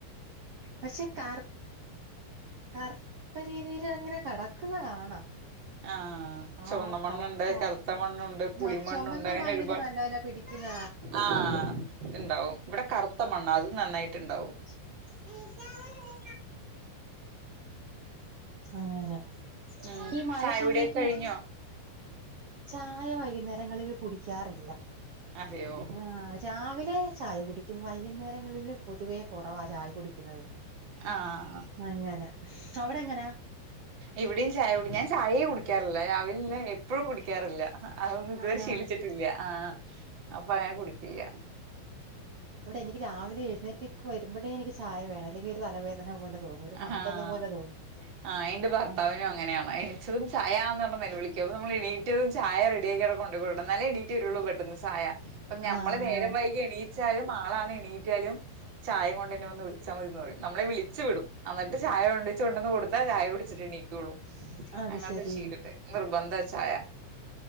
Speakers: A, on the right; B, on the right.
A: പക്ഷെ കർ കറുത്ത രീതിൽ അങ്ങന കടക്കുന്ന കാണാം
B: ആഹ് ചുവന്നമണ്ണുണ്ട്
A: ആഹ് കറക്റ്റ് ആയിട്ട്
B: കറുത്ത മണ്ണുണ്ട് പുളിമണ്ണുണ്ട്
A: ആഹ് ചൊമന്ന
B: അങ്ങനെ
A: മണ്ണില്
B: ഒരുപാട്
A: നല്ലപോലെ പിടിക്കുന്ന
B: ആഹ് ഉണ്ടാവും ഇവിടെ കറുത്ത മണ്ണ അത് നന്നായിട്ട്ണ്ടാവും
A: <unintelligible> <unintelligible>
B: ഉം
A: ഈ മഴ
B: ചായകുടിയൊക്കെ
A: സമയത്ത്
B: കഴിഞ്ഞോ
A: ചായ വൈകുന്നേരങ്ങളിൽ കുടിക്കാറില്ല
B: അതെയോ
A: ആഹ് രാവിലെ ചായ കുടിക്കും. വൈകുന്നേരങ്ങളില് പൊതുവേ കൊറവാ ചായ കുടിക്കുന്നത്
B: ആഹ്
A: അങ്ങന അവിടെങ്ങന
B: ഇവിടെയും ചായ കുടി, ഞാൻ ചായേ കുടിക്കാറില്ല. രാവിലെല്ല എപ്പൊഴും കുടിക്കാറില്ല അതൊന്നും ഇതുവരെ
A: അതാ
B: ശീലിച്ചിട്ടില്യ. ആഹ് അപ്പൊ അങ്ങനെ കുടിക്കില്യ.
A: ഇവിടെ എനിക്ക് രാവിലെ എഴുന്നേറ്റേക്ക് വരുമ്പഴേ എനിക്ക് ചായ വേണം. അല്ലെങ്കിൽ ഒരു തലവേദന പോലെ തോന്നും. ഒരു മന്ദത
B: ആഹ്
A: പോലെ തോന്നും
B: ആഹ് എന്റെ ഭർത്താവിനും
A: ആഹ്
B: അങ്ങനെയാണ് എണിച്ചതും ചായാന്ന് പറഞ്നെല വിളിക്കും. അപ്പോ നമ്മൾ എണീറ്റതും ചായ റെഡിയാക്കിഅവ്ടെ കൊണ്ട് കൊടുക്കണം. ന്നാലെ എണീ റ്റ് വരുള്ളു ബെഡ്‌ന്ന് ച്ചായ പ്പ ഞമ്മള്
A: ആഹ്
B: നേരം വൈകി എണീ ച്ചാലും ആളാണ് എണീറ്റാലും ചായേം കൊണ്ട് ന്നെ വന്ന് വിളിച്ചാ മതിന്ന് പറയും. നമ്മളെ വിളിച്ചു വിടും അന്നിട്ട് ചായ ഉണ്ടച്ച് കൊണ്ടന്ന് കൊടുത്താ ചായ കുടിച്ചിട്ടെണീക്കുള്ളൂ.
A: അത്
B: അങ്ങൻത്തെരു
A: ശരി
B: ശീലണ്ട് നിർബന്ധ ചായ